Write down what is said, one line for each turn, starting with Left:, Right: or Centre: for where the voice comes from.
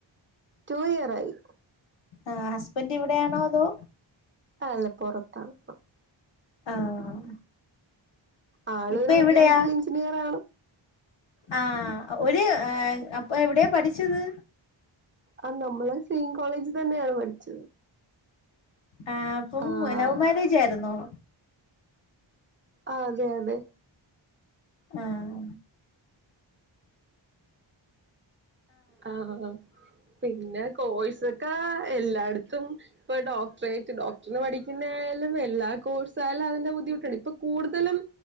Right: റ്റൂ ഇയർ ആയി
Left: ആഹ് ഹസ്ബന്റ് ഇവിടെയാണോ അതോ
Right: ആല്ലെ പൊറത്താണ്പ്പം
Left: ആഹ്
Right: ആള്
Left: ഇപ്പൊ
Right: ഒരു മെക്കാനിക്കൽ
Left: എവിടെയാ
Right: എഞ്ചിനീയർ ആണ്
Left: ആഹ് ഒരു അപ്പൊ എവിടെയാ പഠിച്ചത്
Right: ആഹ് നമ്മള് സെയിം കോളേജ് തന്നെയാണ് പഠിച്ചത്
Left: ആഹ് അപ്പം
Right: ആഹ്
Left: ലൗ മാരേജ് ആയിരുന്നോ
Right: ആഹ് അതെ അതെ
Left: ആഹ്
Right: ആഹ് ആഹ് ആഹ് പിന്നെ കോഴ് സൊക്കെ എല്ലായിടത്തും ഇപ്പൊ ഡോക് ട്ട്രെറ്റ് ഡോക്ടറിന് പഠിക്കുന്നേലും എല്ലാ കോഴ്സാലും അതിന്റെ ബുദ്ധിമുട്ടുണ്ട് ഇപ്പൊ കൂടുതലും